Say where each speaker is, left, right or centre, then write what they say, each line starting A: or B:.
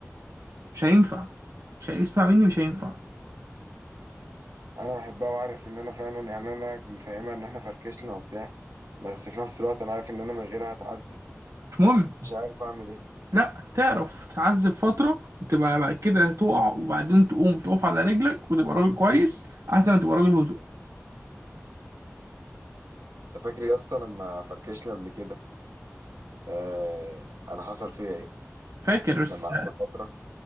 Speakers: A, on the right; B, on the right.
A: مش هينفع مش هيسمع مني مش هينفع
B: انا بحبها وعارف ان انا فعلا يعني انا مفهمها ان احنا فركشنا وبتاع بس في نفس الوقت انا عارف ان انا من غيرها هتعذب
A: مش مهم
B: مش عارف اعمل ايه
A: لا تعرف تتعذب فترة وتبقى بعد كده تقع وبعدين تقوم تقف على رجلك وتبقى راجل كويس أحسن ما تبقى راجل هزق
B: انت فاكر يا اسطى لما فركشنا قبل كده آه انا حصل فيا ايه
A: فاكر بس
B: لما قعدنا فتره